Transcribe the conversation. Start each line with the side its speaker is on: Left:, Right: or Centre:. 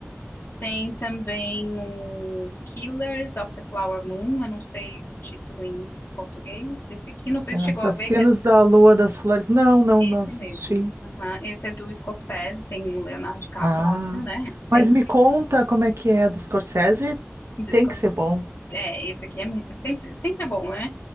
Left: Tem também o Killers of the Flower Moon, eu não sei o título em português desse aqui, não sei se chegou
Right: Assassinos
Left: a ver que é
Right: da Lua das Flores. Não, não,
Left: esse
Right: não assisti.
Left: mesmo. Aham, Esse é do Scorsese, tem o Leonardo DiCaprio,
Right: Ah,
Left: óbvio, né? <laughs>
Right: mas
Left: Sempre
Right: me conta como é que é do Scorsese?
Left: do
Right: Tem
Left: Scor-
Right: que ser bom.
Left: É, esse aqui é mu- sempre, sempre é bom, né?